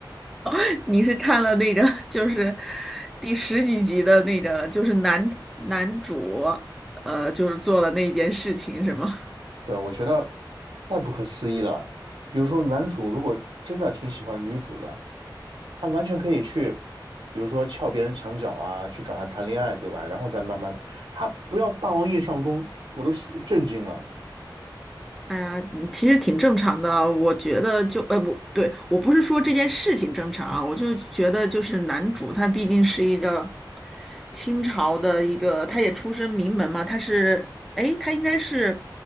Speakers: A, in the centre; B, on the right.
A: <laughs> 你是看了那个就是第十几集的那个，就是男男主呃，就是做了那件事情是吗？
B: 对，我觉得太不可思议了。比如说，男主如果真的挺喜欢女主的，他完全可以去，比如说撬别人墙角啊，去找她谈恋爱，对吧？然后再慢慢的，他不要霸王硬上弓，我都震惊了。
A: 哎呀，嗯其实挺正常的啊，我觉得就，哎，我对我不是说这件事情正常啊，我就觉得就是男主他毕竟是一个清朝的一个，他也出身名门嘛，他是，哎，他应该是